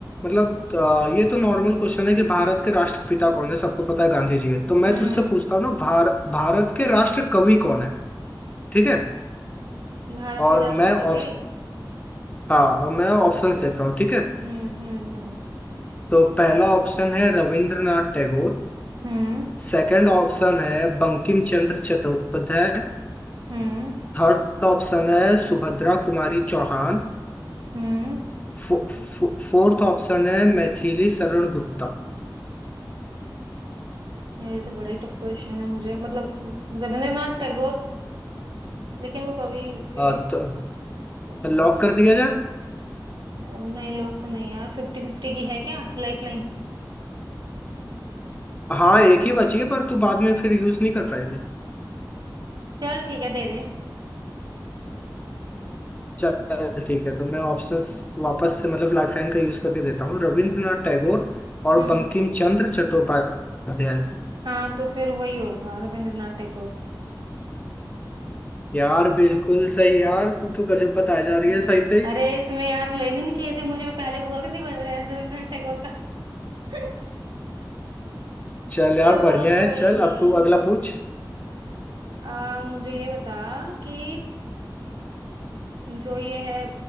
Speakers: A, on the left; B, on the right.
A: मतलब अ, ये तो नॉर्मल क्वेश्चन है कि भारत के राष्ट्रपिता कौन है सबको पता है गांधी जी है तो मैं
B: हम्म
A: तुझसे पूछता हूँ ना भार, भारत के राष्ट्र कवि कौन है ठीक है
B: भारत
A: और
B: के राष्ट्र
A: मैं
B: कवि
A: ऑप्श हाँ और मैं ऑप्शंस देता हूँ ठीक है
B: हम्म हम्म हम्म
A: तो पहला ऑप्शन है रविंद्रनाथ टैगोर
B: हम्म
A: सेकंड ऑप्शन है बंकिम चंद्र चट्टोपाध्याय
B: हम्म
A: थर्ड ऑप्शन है सुभद्रा कुमारी चौहान
B: हम्म
A: फो, फो, फोर्थ ऑप्शन है मैथिली शरण गुप्ता
B: यार ये तो बड़ा ही टफ क्वेश्चन है मुझे मतलब म, रविंद्रनाथ टैगोर लेकिन वो कवि थे
A: आ, तो
B: पता नहीं
A: लॉक कर दिया जाए
B: अ, नहीं लोग तो नहीं यार फिफ्टी फिफ्टी की है क्या लाइफ लाइन
A: हाँ एक ही बची है पर तू बाद में फिर यूज नहीं कर पाएगी
B: चल ठीक है दे दे
A: चल ठीक है तो मैं ऑप्शन वापस से मतलब लाइफलाइन का यूज करके देता हूँ रविंद्रनाथ टैगोर और
B: हम्म
A: बंकिम चंद्र चट्टोपाध्याय
B: हाँ तो फिर वही होगा रविंद्रनाथ टैगोर
A: यार बिल्कुल सही यार तू तो गजब बताया जा
B: <laughs>
A: रही है सही सही
B: अरे इसमें यार लेने नहीं चाहिए थे मुझे मैं पहले बोल रही थी व- रविंद्रनाथ टैगोर का <laughs>
A: चल यार
B: चलो
A: बढ़िया
B: कोई
A: है चल
B: नहीं
A: अब तू अगला पूछ
B: आ, मुझे ये बता कि जो ये है